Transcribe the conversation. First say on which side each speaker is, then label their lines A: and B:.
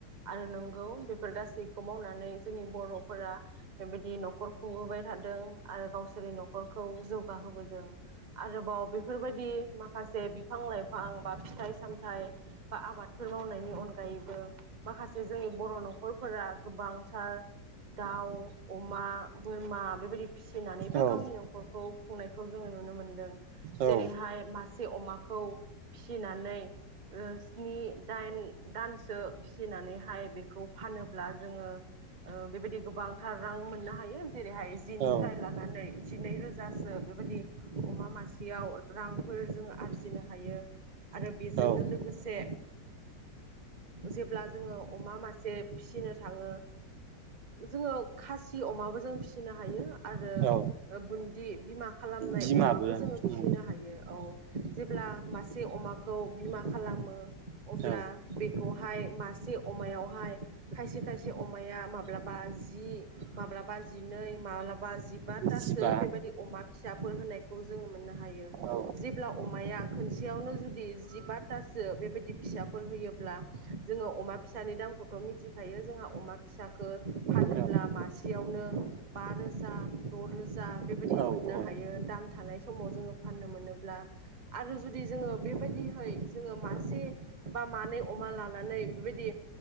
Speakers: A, on the right; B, on the right.
A: आरो नं गौ बेफोर गासैखौ मावनानै जोंनि बर'फोरा बेबायदि न'खर खुंबोबाय थादों आरो गावसोरनि न'खरखौ जौगाहोबोदों आरोबाव बेफोरबायदि माखासे बिफां लाइफां बा फिथाइ सामथाइ बा आबादफोर मावनायनि अनगायैबो माखासे जोंनि बर' न'खरफोरा गोबांथार दाउ अमा बोर मा बेबायदि फिसिनानैबो
B: औ
A: गावनि न'खरखौ खुंनाय खौ जोङो नुनो मोनो दों
B: औ
A: जेरैहाय मासे अमा खौ फिसिनानै स्नि दाइन दानसो फि नानैहाय हाय बेखौ फानोब्ला जोङो ओ बेबायदि गोबांथार रां मोननो हायो जेरैहाय जिनिफ्राय
B: औ
A: लानानै जिनै रोजासो बेबायदि अमा मासेयाव रांफोर जों आरजिनो हायो आरो बेजोंनो
B: औ
A: लोगोसे जेब्ला जोङो अमा मासे फिसिनो थाङो जोङो खासि अमाबो जों फिसिनो हायो आरो
B: औ
A: बुन्दि बिमा खालामनाय
B: बिमाबो
A: अमाबो जोङो
B: उम
A: फिसिनो हायो औ जेब्ला मासे अमाखौ बिमा खालामो अब्ला
B: औ
A: बेखौ मासे अमायावहाय खायसे खायसे अमाया मालाबा जि मालाबा जिनै बाजिबातासो
B: सिबा
A: बेबायदि अमा फिसाफोर होनायखौ खौ जोङो मोननो हायो
B: औ
A: जेब्ला अमाया खोनसेयावनो जुदि जिबातासो बेबायदि फिसाफोर होयोब्ला जोङो अमा फिसानि दामखौथ' मिथिखायो जोंहा अमा फिसखौ फानोब्ला
B: औ
A: मासेयावनो बा रोजा दरोजा रोजा बेबायदि
B: औ
A: मोननो हायो दाम थानाय समाव जोङो फाननो मोनोब्ला आरो जुदि जोङो बेबायदिहै जोङो मासे बा मानै अमा लानानै बेबायदि